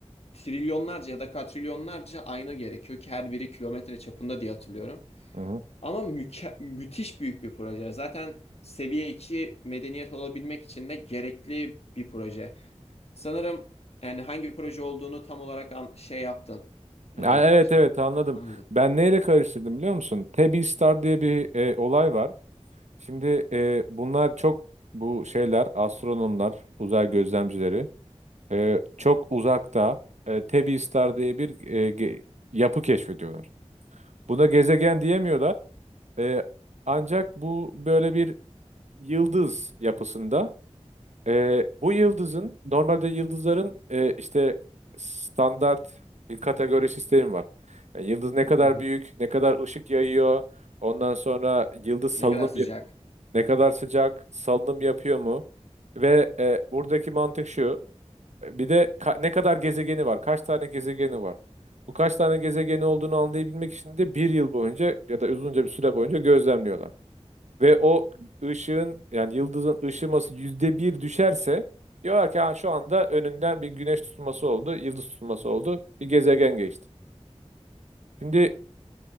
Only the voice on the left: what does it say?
trilyonlarca ya da katrilyonlarca ayna gerekiyor ki her biri kilometre çapında diye hatırlıyorum.
Ama müke- müthiş büyük bir proje. Zaten seviye 2 medeniyet olabilmek için de gerekli bir proje. Sanırım yani hangi proje olduğunu tam olarak an- şey yaptın. Hani
ş-
anladım.
Hı hı.
Ne kadar sıcak.